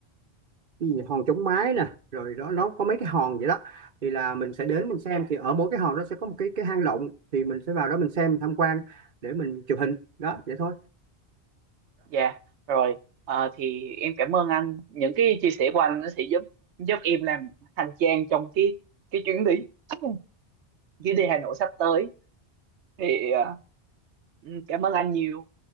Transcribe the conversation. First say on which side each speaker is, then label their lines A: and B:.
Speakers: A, on the right (about 50°); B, on the right (about 80°).
A: cái gì, hòn Chống Mái nè rồi đó nó có mấy cái hòn vậy đó thì là mình sẽ đến mình xem
B: Dạ.
A: thì ở mỗi cái hòn đó sẽ có một cái cái hang động thì mình sẽ vào đó mình xem tham quan để mình chụp hình đó vậy thôi
B: Dạ, rồi Ờ, thì em cảm ơn anh. Những cái chia sẻ của anh nó sẽ giúp giúp em làm hành trang trong cái cái chuyến đi <clears throat> chuyến đi Hà Nội sắp tới. Thì ờ, ừ, cảm ơn anh nhiều.